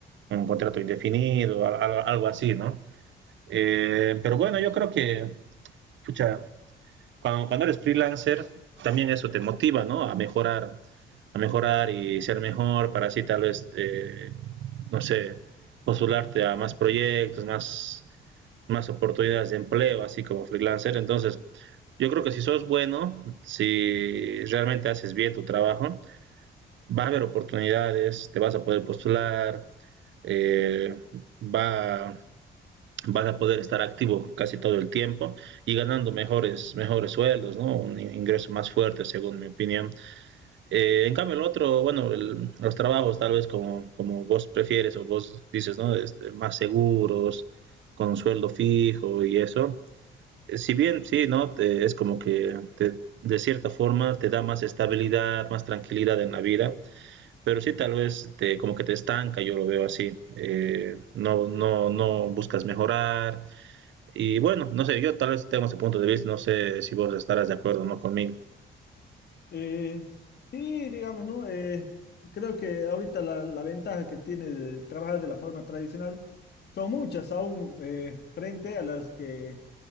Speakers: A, on the right (about 70°); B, on the left (about 55°).
A: un contrato indefinido, algo, algo así, ¿no? Eh, pero bueno, yo creo que pucha, cuando, cuando eres freelancer, también eso te motiva, ¿no? A mejorar, a mejorar y ser mejor para así tal vez, eh, no sé, postularte a más proyectos, más, más oportunidades de empleo, así como freelancer. Entonces, yo creo que si sos bueno, si realmente haces bien tu trabajo, va a haber oportunidades, te vas a poder postular, eh, va, vas a poder estar activo casi todo el tiempo y ganando mejores, mejores sueldos, ¿no? Un ingreso más fuerte, según mi opinión. Eh, en cambio, el otro, bueno, el, los trabajos tal vez como, como vos prefieres o vos dices, ¿no? Este, más seguros, con un sueldo fijo y eso. Eh, si bien, sí, ¿no? Te, es como que te, de cierta forma te da más estabilidad, más tranquilidad en la vida, pero sí tal vez te, como que te estanca, yo lo veo así. Eh, no, no, no buscas mejorar y bueno, no sé, yo tal vez tengo ese punto de vista, no sé si vos estarás de acuerdo o no conmigo.
B: Eh, sí, digamos, ¿no? Eh, creo que ahorita la, la ventaja que tiene de trabajar de la forma tradicional son muchas aún eh, frente a las que